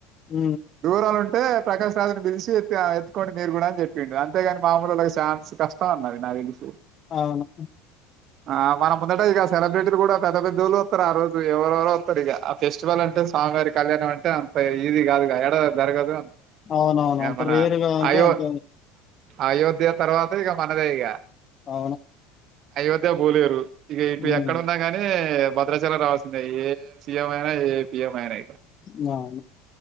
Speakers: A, on the left; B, on the right.
A: ఉ
B: దూరలు ఉంటే ప్రకాశ్ రాజని పిలిసి చెపిన ఎత్తుకోండి మీరు కూడా అని చెప్పిడి అంతేగాని మాముూలు ఒక ఛాన్స్ కష్టం అది నాకు తెలిసి,
A: అవును
B: ఆ మనము ముందటే ఇక సెలబ్రిటీలు కూడా పెద్ద పెద్దోళ్ళు వస్తారు, ఆ రోజు ఎవరెవరో వస్తారు ఇక ఆ ఫెస్టివల్ అంటే సాంగారిక కళ్యాణం అంటే అంత ఈజీ కాదు కదా ఎ జరగదు
A: అవునవును. అంత
B: మన
A: రేర్‌గా అంటే
B: అయో
A: అంత
B: అయోధ్య తర్వాత ఇక మన అదే ఇగ
A: అవును
B: అయోధ్యకు పోలేరు, ఇవిపి
A: హ్మ్.
B: ఎక్కడన్నా గాని, భద్రాచలం రావాల్సిందే ఏ సిఎం అయినా ఏ పిఎమ్ అయినా,
A: ఇగా అవును,